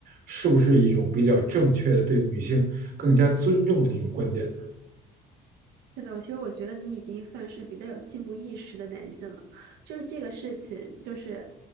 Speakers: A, on the right (about 60°); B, on the right (about 85°).
A: 是不是一种比较正确的对女性更加尊重的这种观点？
B: 是的，其实我觉得你已经算是比较有进步意识的男性了。就是这个事情，就是，